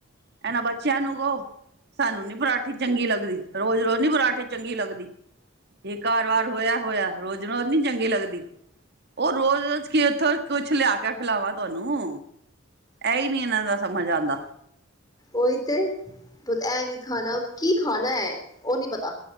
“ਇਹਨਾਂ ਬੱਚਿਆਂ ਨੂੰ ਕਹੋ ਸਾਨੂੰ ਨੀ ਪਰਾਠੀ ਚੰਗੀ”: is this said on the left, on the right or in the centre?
Right